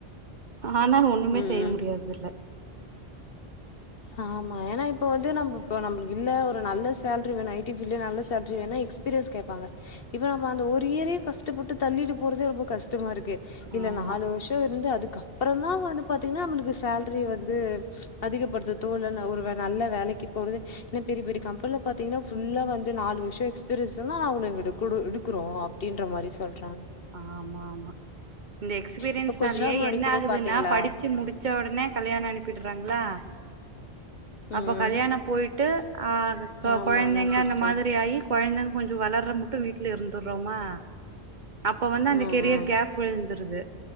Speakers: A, on the right; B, on the left.
A: ஆனா ஒண்ணுமே
B: ம்
A: செய்ய முடியறதில்ல
B: ஆமா ஏன்னா இப்ப வந்து நம்ம இப் நம்மளு இல்ல ஒரு நல்ல சேல்ரி வேணும் ஐ டி ஃபில்ட் நல்ல சேலரி வேண்ணா எக்ஸ்பீரியன்ஸ் கேட்பாங்க இப்ப நம்ம அந்த ஒரு இயரே கஷ்டப்பட்டு தள்ளிட்டு போறதே ரொம்ப கஷ்டமா இரு க்கு இல்ல
A: ஆமா
B: நாலு வருஷோ இருந்து அதுக்க அப்றந்தா வந்து பாத்தீங்கன்னா நம்ளுக்கு சேல்ரி வந்து அதிகப்படுத்த தோ <unintelligible> இல்ல ஒரு நல்ல வேலைக்கு போறது என்னா பெரிய பெரிய கம்பென்ல பாதீங்கன்னா ஃபுல்லா வந்து நாலு வருஷம் எக்ஸ்பீரியன்ஸ் தா அவ <unintelligible> எடுகுறோ அப்டின்ற மாரி சொல்
A: ஆமா ஆமா இந்த எக்ஸ்பீரியன்ஸ்னாலயே
B: இப்ப கொஞ்ச நாள் முன்னாடி
A: என்ன
B: கூட
A: ஆகுதுன்னா
B: பாத்தீங்களா
A: படிச்சு முடிச்ச உடனே கல்யாண அனுப்பிடுறா ங்களா
B: ம்
A: அப்ப கல்யாண போயிட்டு ஆஹ் கொ
B: ஆமா
A: கொழந்தைங்க
B: ஆமா சிஸ்டர்
A: அந்த மாதிரி ஆயி கொழந்தங் கொஞ்சு வளர்ற முட்டு வீட்டுல இருந்தர்றோமா அப்ப வந்து அந்த
B: ஆ
A: கெரியர்
B: ஆ
A: கேப் விழுந்திருது